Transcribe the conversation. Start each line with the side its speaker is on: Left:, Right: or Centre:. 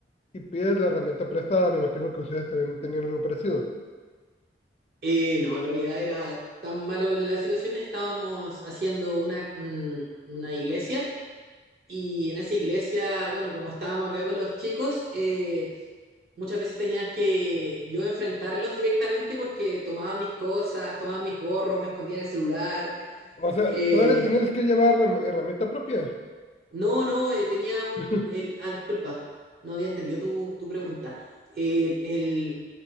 Left: y pides la herramienta prestada, me imagino que ustedes también tenían algo parecido.
Right: Eh, no, en realidad era tan malo la situación, estábamos haciendo una, un- una iglesia y en esa iglesia, bueno, como estábamos acá con los chicos, eh, muchas veces tenías que yo enfrentarlos directamente porque tomaban mis cosas, tomaban mis gorros, me escondían el celular.
Left: O sea,
Right: eh,
Left: todavía tenías que llevar herram- herramienta propia.
Right: no, no, eh, tenía un...
Left: <laughs>
Right: El, ah, disculpa, no había entendido tu, tu pregunta. Eh, el,